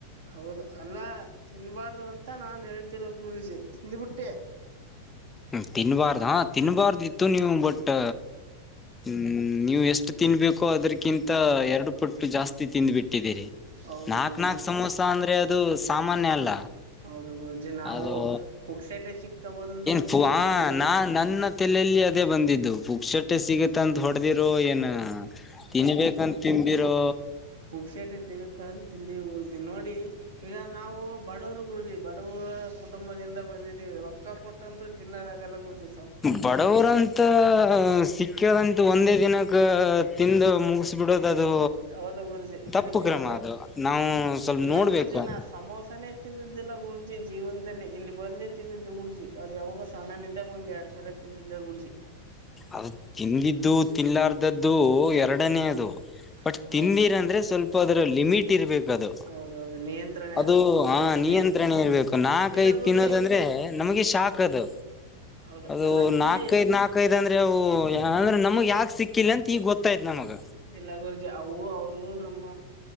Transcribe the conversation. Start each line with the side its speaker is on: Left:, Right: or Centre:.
Right: ಹೌದು. ಅಲ್ಲಾ ತಿನ್ಬಾರ್ದು ಅಂತ ನಾನ್ ಹೇಳ್ತಿರೋದ್ ಗುರುಜಿ ತಿಂದ್ಬಿಟ್ಟೆ.
Left: ಹ್ಮ್ ತಿನ್ಬಾರ್ದ ತಿನ್ಬಾರ್ದ್ ಇತ್ತು ನೀವು ಬಟ್ ಟ್ಟ ಹ್ಮ್ ನೀವು ಎಷ್ಟು ತಿನ್ಬೇಕು ಅದ್ರಕ್ಕಿಂತ ಎರಡು ಪಟ್ಟು ಜಾಸ್ತಿ ಟ್ಟಿದ್ದೀರಿ
Right: ಹೌದು
Left: ನಾಕ್
Right: ಗುರುಜಿ
Left: ನಾಕ್ ಸಮೋಸ ಅಂದ್ರೆ ಅದು ಸಾಮಾನ್ಯ ಅಲ್ಲ.
Right: ಹೌದು ಗುರೂಜಿ ನಾವು
Left: ಅದು
Right: ಪುಕ್ಸಟ್ಟೆ ಸಿಕ್ತಾ ಒಂದು
Left: <unintelligible>
Right: ತಿಂದ್ಬಿಟ್ಟಿವಿ ಗುರುಜಿ
Left: ನಾ ನನ್ನ ತಲೆಯಲ್ಲಿ ಅದೇ ಬಂದಿದ್ದು ಪುಕ್ಸಟ್ಟೆ ಸಿಗುತ್ತಂತ ಹೊಡ್ದಿರೋ ಏನ. ಹಾ ತಿನ್ಬೇಕಂತ ತಿಂದಿರೋ
Right: ಪುಕ್ಸಟ್ಟೆ ತಿಗುತ್ತ ಅಂತ ತಿಂದಿವಿ ಗುರೂಜಿ ನೋಡಿ ಈಗ ನಾವು ಬಡವ್ರು ಗುರೂಜಿ. <unintelligible> ಕುಟುಂಬದಿಂದ ಬಂದಿದ್ದೀವಿ ರೊಕ್ಕ ಕೊಟ್ಟಂತ್ರು ತಿನ್ನದಾಗಲ್ಲ ಗುರೂಜಿ.
Left: ಬಡವರಂತ ಸಿಕ್ಯಾದಂತ ಒಂದೇ ದಿನಕ್ ಕ್ಕ ತಿಂದು ಮುಗಿಸ್ಬಿಡೋದ್ ಅದು
Right: ಹೌದು ಗುರುಜಿ ನನಗೆ
Left: ತಪ್ಪು ಕ್ರಮ
Right: ಯಾಕೆ
Left: ಅದು ನಾವು ಸ್ವಲ್ಪ
Right: ಇಲ್ಲ
Left: ನೋಡ್ಬೇಕು.
Right: ಗುರುಜಿ ನಾ ಸಮೋಸನೇ ತಿಂದಿದ್ದಿಲ್ಲ ಗುರುಜಿ ಜೀವನದಲ್ಲಿ ಇಲ್ಲಿ ಬಂದೇ ತಿಂದಿದ್ದು ಗುರುಜಿ ಅದ್ ಯಾವಾಗೊ ಸಣ್ಣನಿದ್ ದ್ದಾಗ ಒಂದ್ ಎರಡ್ ಸಲ ತಿಂದಿದ್ದೆ ಗುರೂಜಿ.
Left: ಅದು ತಿಂದಿದ್ದು ತಿನ್ಲಾರ್ದದ್ದು ಎರಡನೇಯದು.
Right: ಹ
Left: ಬಟ್ ತಿಂದಿರಂದ್ರೆ
Right: ಹೌದು
Left: ಸ್ವಲ್ಪ ಅದ್ರ ಲಿಮಿಟ್ ಇರ್ಬೇಕು ಅದು
Right: ಹೌದೌದು ನಿಯಂತ್ರಣ
Left: ಅದು
Right: ಇರ್ಬೇಕಿತ್ತು
Left: ಹಾ
Right: ಗುರುಜಿ
Left: ನಿಯಂತ್ರಣ ಇರ್ಬೇಕು ನಾಕೈದು
Right: ಇಲ್ಲ ಗುರುಜಿ
Left: ತಿನ್ನೋದಂದ್ರೆ ನಮಗೆ ಶಾಕ್
Right: ಹ್ಮ
Left: ಅದು.
Right: ಹೌದು
Left: ಅದು
Right: ಅಲ್ಲ ಗುರುಜಿ
Left: ನಾಲ್ಕೈದ್ ನಾಲ್ಕೈದ್ ಅಂದ್ರೆ ಅವು ಅಂದ್ರೆ ನಮಗ್ ಯಾಕ್ ಸಿಕ್ಕಿಲ್ಲ ಅಂತ ಈಗ ಗೊತ್ತಾಯ್ತ್ ನಮಗ.
Right: ಇಲ್ಲ ಗುರೂಜಿ ಅವು ಅವರು ನಮ್ಮ